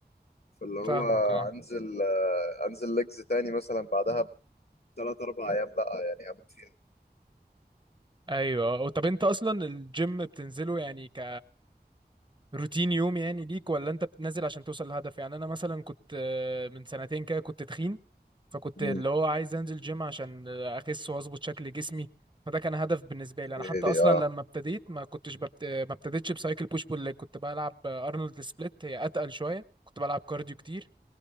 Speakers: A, on the left; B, on the right.
A: فاللي هو
B: فاهمك اه
A: انزل آه، انزل ليجز تاني مثلا بعدها بثلاث اربع ايام لا يعني هموت فيها
B: ايوه طب انت اصلا الجيم بتنزله يعني ك روتين يوم يعني ليك ولا انت بتنزل عشان توصل لهدف يعني انا مثلا كنت آه، من سنتين كده كنت تخين فكنت
A: مم.
B: اللي هو عايز انزل جيم عشان آه، اخس واظبط شكل جسمي فده كان هدف بالنسبه لي انا
A: إيه،
B: حتى اصلا
A: اه
B: لما ابتديت ما كنتش ببت... ما ابتديتش بسايكل بوش بول ليج كنت بلعب آه، ارنولد سبليت هي اتقل شويه كنت بلعب كارديو كتير